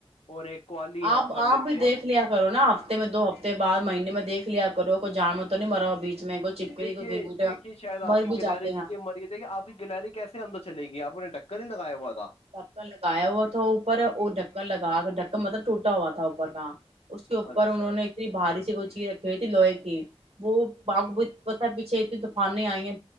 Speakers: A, on the left; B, on the right.
A: اور ایک کوالی ہم
B: آپ
A: بھر
B: آپ
A: لیتے
B: بھی
A: ہیں
B: دیکھ لیا کرو نا آپ میں دو ہفتے بعد مہینے میں دیکھ لیا کرو کو جان میں تو نہیں مرا بیچ میں کوئی چپکلی
A: دیکھیے
B: کو گگٹا
A: دیکھیے شاید
B: مر
A: آپ کی
B: بھی
A: گلری
B: جاتے
A: اس
B: ہیں
A: لیے مری دیک کہ آپ کی گلری کیسے اندر چلے گی آپ نے ڈک کرندا اوات
B: ڈکر لگایا وا ا تو اوپر وہ ڈکن لگا کے ڈک مطلب ٹوٹا ہوا تھا اوپر کا اس کے اوپر
A: اچھا
B: انہوں
A: اچھا
B: نے اتنی باریی کو چی رکھی کتی لئے کہ وہ بابت بتا چتی طوفانیں آئییں